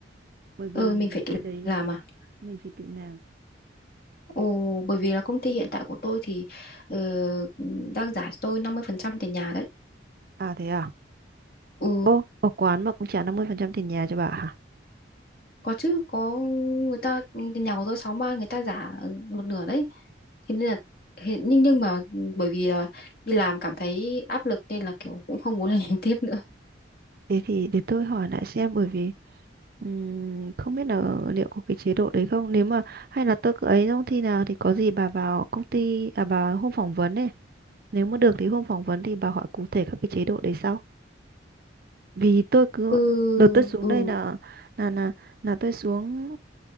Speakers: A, on the right; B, on the left.
A: bởi vì
B: ờ mình phải tự
A: cái đấy
B: làm à?
A: mình phải tự làm
B: Ồ, bởi vì là công ty hiện tại của tôi thì ờ, đang giải cho tôi 50% tiền nhà đấy.
A: à thế à
B: Ừ,
A: ô ở quán mà cũng trả 50% tiền nhà cho bà hả
B: có chứ, có người ta tiền nhà của tôi 6 man người ta giả một nửa đấy. Thế nên là hiện nhưng nhưng mà bởi vì là đi làm cảm thấy áp lực nên là kiểu cũng không muốn làm <laughs> tiếp nữa.
A: thế thì để tôi hỏi lại xem bởi vì ừm, không biết là liệu có cái chế độ đấy không nếu mà hay là tôi cứ ấy trong khi nào thì có gì bà vào công ty à bà hôm phỏng vấn ấy Nếu mà được thì hôm phỏng vấn thì bà hỏi cụ thể các cái chế độ đấy sau. Vì tôi cứ
B: Ừ,
A: đợt tôi xuống
B: ừ.
A: đây là là là là tôi xuống